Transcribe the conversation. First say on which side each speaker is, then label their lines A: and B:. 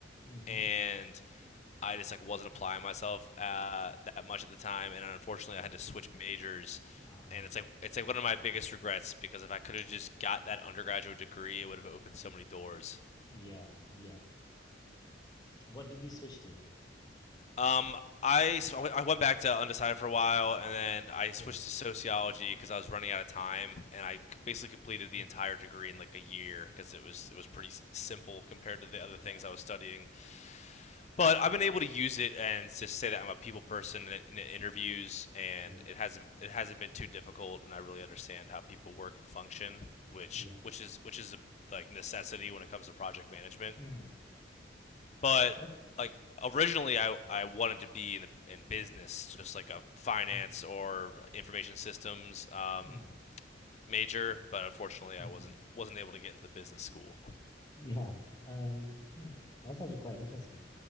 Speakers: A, on the left; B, on the left.
A: hmm
B: and I just like wasn't applying myself uh, that much at the time, and unfortunately,
A: Yeah.
B: I had to switch majors.
A: Ah,
B: And it's like it's like one of my biggest regrets because if I could have
A: ah.
B: just got that undergraduate degree, it would have opened so many doors.
A: Yeah. Yeah. What did you switch to?
B: Um, I so I went back to undecided for a while, and then I switched
A: Yeah.
B: to sociology because I was running out of time, and I basically completed the
A: Mm,
B: entire degree in like a year because it was it was pretty simple compared to the other
A: yeah.
B: things I was studying. but I've been able to use it and to say that I'm a people person in, in interviews, and
A: Yeah.
B: it hasn't it hasn't been too difficult, and I really understand how people work and function, which
A: Yeah.
B: which is which is a like necessity when it comes to project management.
A: Mm.
B: But
A: That's
B: like originally, I I wanted to be in the, in business, just like a finance
A: okay.
B: or information systems um,
A: Mm,
B: major, but unfortunately,
A: hmm
B: I wasn't wasn't able to get into the business school.
A: Yeah. Um, hmm, That's actually quite interesting.